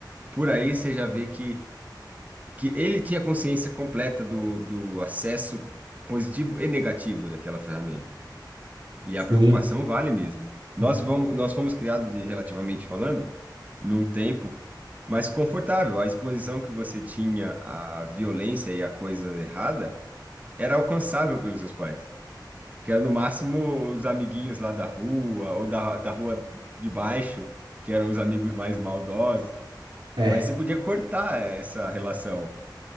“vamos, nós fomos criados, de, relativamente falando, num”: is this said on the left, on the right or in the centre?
Right